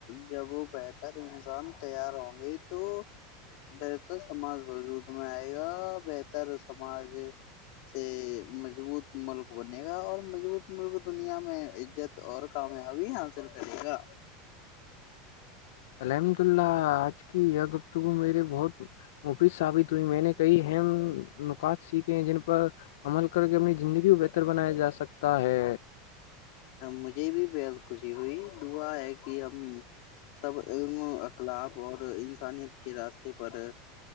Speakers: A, on the left (about 60°); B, on the left (about 80°).
A: جب وہ بہتر انسان تیار ہوں گے تو بہتر سماج وجود میں آئے گا بہتر سماج سے مضبوط ملک بنے گا اور مضبوط ملک دنیا میں عزت اور کامیابی حاصل کرے گا
B: الحمد اللہ آج کی یہ گفتگو میرے بہت مفید ثابت ہوئی میں نے کئی اہم نکات سیکھے ہیں جن پر عمل کر کے اپنی زندگی کو بہتر بنایا جا سکتا ہے
A: مجھے بھی بےحد خوشی ہوئی دعا ہے کہ ہم سب علم اخلاق اور انسانیت کے راستے پر